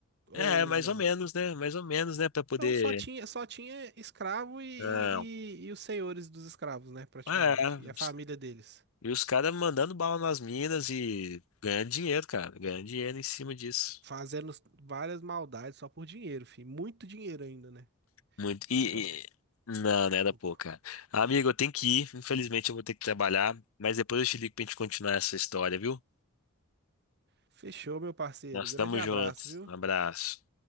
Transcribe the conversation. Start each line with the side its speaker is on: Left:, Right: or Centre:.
Right: ou
Left: É, mais
Right: não?
Left: ou menos, né? Mais ou menos, né? Pra poder.
Right: Não, só tinha, só tinha escravo e, e,
Left: Não.
Right: e os senhores dos escravos, né, praticamente.
Left: É,
Right: E
Left: os-
Right: a família deles.
Left: e os caras mandando bala nas minas e ganhando dinheiro, cara. Ganhando dinheiro em cima disso.
Right: Fazendo várias maldades só por dinheiro, fi. Muito dinheiro ainda, né?
Left: Muito. E,
Right: Não Era
Left: e- Não, não era
Right: pouco.
Left: pouco, cara. Amigo, eu tenho que ir. Infelizmente, eu vou ter que trabalhar. Mas depois eu te ligo pra gente continuar essa história, viu?
Right: Fechou, meu parceiro.
Left: Nós
Right: Grande
Left: estamos
Right: abraço,
Left: juntos.
Right: viu?
Left: Um abraço.